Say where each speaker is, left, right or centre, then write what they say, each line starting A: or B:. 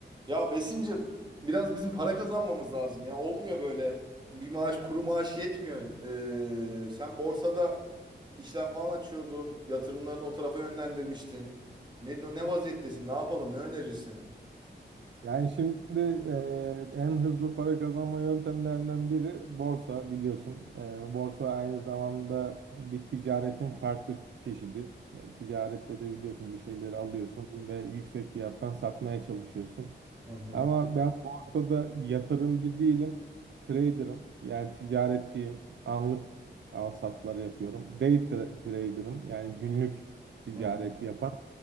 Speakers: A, on the right; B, on the right.
A: Ya Besim'cim biraz bizim para kazanmamız lazım ya. Olmuyor böyle. Bir maaş kuru maaş yetmiyor. Ee, sen borsada işlem falan açıyordun. Yatırımlarını o tarafa yönlendirmiştin. Ne, ne vaziyettesin? Ne yapalım? Ne önerirsin?
B: Yani şimdi e, en hızlı para kazanma yöntemlerinden biri borsa biliyorsun. E, borsa aynı zamanda bir ticaretin farklı çeşidi. E, ticarette de biliyorsun bir şeyleri alıyorsun ve yüksek fiyattan satmaya çalışıyorsun.
A: Hı hı.
B: Ama ben borsada yatırımcı değilim. Trader'ım. Yani ticaretçiyim. Anlık al satlar yapıyorum. Day tra- trader'ım. Yani günlük ticareti
A: Hı
B: yapan.